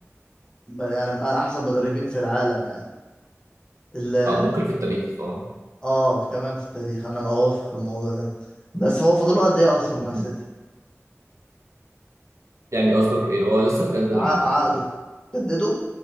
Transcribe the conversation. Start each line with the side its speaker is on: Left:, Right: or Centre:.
Left: يعني من احسن مدربين
Right: مم.
Left: في العالم يعني ال-
Right: اه ممكن في التاريخ اه
Left: اه كمان في التاريخ انا اوافق في الموضوع ده بس هو فاضله قد ايه اصلا مع
Right: مم.
Left: سيتي
Right: يعني قصدك ايه هو لسه مجدد العقد
Left: ع-
Right: كده
Left: عقده
Right: كده
Left: جدده